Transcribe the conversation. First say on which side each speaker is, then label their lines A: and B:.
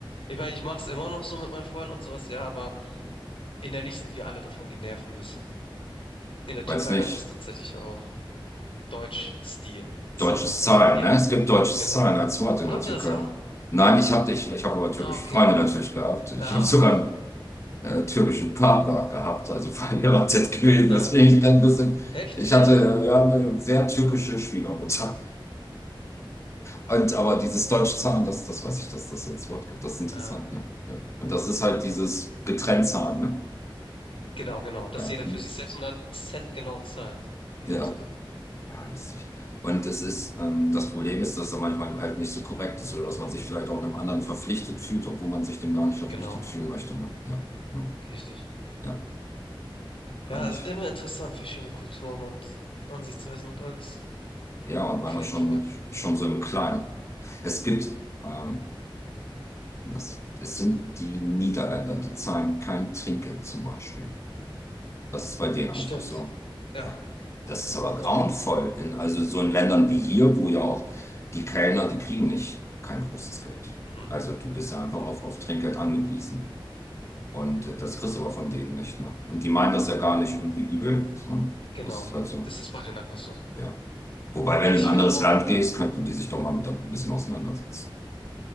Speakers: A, on the left; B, on the left.
A: ich meine, ich mach's immer noch so mit meinen Freunden und sowas, ja, aber innerlich sind wir alle davon genervt ein bisschen. In der Türkei
B: Weiß nicht.
A: heißt das tatsächlich auch Deutsch-Stil-Zahlen.
B: Deutsches Zahlen,
A: Also wenn jeder,
B: ne? Es gibt deutsches
A: genau.
B: Zahlen als Wort in
A: Habt
B: der Türkei.
A: ihr das auch?
B: Nein, ich habe ich, ich hab aber türkische
A: Ah, okay.
B: Freunde natürlich gehabt. Ich
A: Ah,
B: habe sogar
A: okay.
B: einen äh, türkischen Partner gehabt, also verheiratet gewesen.
A: Ja.
B: Deswegen ich bin ein bisschen,
A: Heftig,
B: ich hatte
A: echt?
B: äh, ja eine sehr türkische Schwiegermutter. Und aber dieses deutsche Zahlen, das, das weiß ich, dass das so als Wort gibt. Das ist interessant,
A: Ja,
B: ne? Ja. Und das ist halt dieses getrennt Zahlen, ne?
A: genau, genau. Dass
B: Ja,
A: jeder
B: hm.
A: für sich selbst und dann Cent genau zahlt. In
B: ja.
A: dem Sinne.
B: Ja, lustig. Und es ist, ähm, das Problem ist, dass er manchmal halt nicht so korrekt ist oder dass man sich vielleicht auch einem anderen verpflichtet fühlt, obwohl man sich dem gar nicht verpflichtet
A: Genau,
B: fühlen möchte. Ne? Ja, hm.
A: richtig.
B: Ja, kann
A: Ja,
B: ich.
A: es ist immer interessant, verschiedene Kulturen und Ansichtsweisen und alles.
B: Ja,
A: Auf
B: weil man
A: jeden
B: schon,
A: Fall.
B: schon so im Kleinen. Es gibt, ähm, das, es sind die Niederländer, die zahlen kein Trinkgeld zum Beispiel. Das ist bei denen einfach
A: Stimmt.
B: so.
A: Ja.
B: Ja, das ist aber
A: Und
B: grauenvoll. In also so in Ländern wie hier, wo ja auch die Kellner, die kriegen nicht kein großes Geld.
A: mhm,
B: Also du bist ja einfach auf, auf Trinkgeld angewiesen. Und äh, das kriegst du aber von denen nicht. Ne? Und die meinen das ja gar nicht irgendwie übel, sondern
A: genau.
B: das ist halt so.
A: Das ist bei denen einfach so.
B: Ja. Wobei, wenn
A: Ich
B: du in ein
A: finde
B: anderes
A: aber
B: Land
A: auch,
B: gehst, könnten die sich doch mal mit da- ein bisschen auseinandersetzen.